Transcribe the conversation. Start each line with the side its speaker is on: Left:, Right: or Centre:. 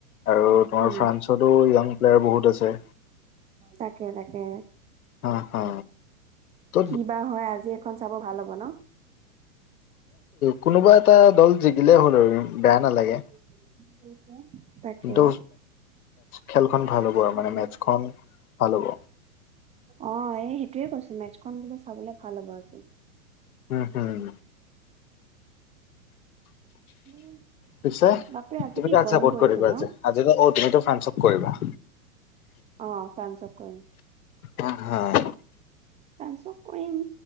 Left: আৰু তোমাৰ
Right: উম
Left: ফ্ৰান্সতো য়াং প্লেয়াৰ বহুত আছে।
Right: তাকে তাকে।
Left: হা হা ত
Right: কি বা হয় আজি এখন চাব ভাল হ'ব ন?
Left: কোনোবা এটা দল জিকিলেই হ'ল আৰু বেয়া নালাগে।
Right: <inaudible> তাকে।
Left: কিন্তু খেলখন ভাল হ'ব আৰু মানে মেটচখন ভাল হ'ব
Right: অ', এই সেইটোয়ে কৈছো মেচখন বোলো চাবলে ভাল হ'ব আজি।
Left: উম, উম।
Right: উম,
Left: পিছে
Right: বাপৰে আজি
Left: তুমি
Right: কি
Left: কাক
Right: গৰম
Left: চাপৰ্ট
Right: পৰিছে
Left: কৰিবা
Right: ন
Left: আজি? আজিটো অ' তুমিতো ফ্ৰান্সক কৰিবা।
Right: অ', ফ্ৰাঞ্চক কৰিম।
Left: উম, উম।
Right: ফান্সক কৰিম